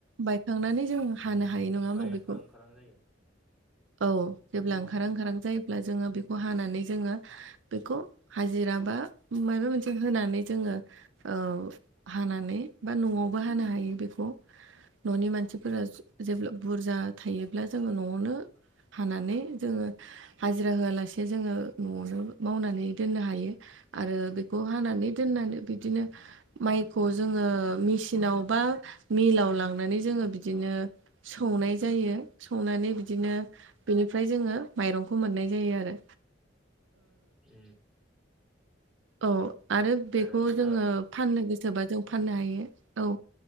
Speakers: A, on the right (about 70°); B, in the centre.
A: बायखांनानै जों हानो हायो नङा होमबा
B: माइ
A: बेखौ
B: स्रां खारां जायो
A: औ जेब्ला ओंखारा
B: उम
A: ओंखारां जायोब्ला जोंङो बेखौ हानानै जोंङो बेखौ हाजिरा बा माबा मोनसे होनानै जोंङो औ हानानै बा न'आवबो हानो हायो बेखौ। न'नि मानसिफोरा जेब्ला बुरजा थायोब्ला जोङो न'आवनो हानानै जोङो। हाजिरा होआलासे जोङो न'आवनो मावनानै दोननो हायो आरो बेखौ हानानै दोननानै बिदिनो माइखौ जोङो मेसिनाव बा मिलाव लांनानै जोङो बिदिनो सौनाय जायो सौनानै बिदिनो बेनिफ्राय जोङो माइरंखौ मोननाय जायो आरो।
B: उ
A: औ आरो बेखौ
B: ओ
A: जोङो
B: ओ
A: फाननो गोसोबा जों फाननो हायो औ।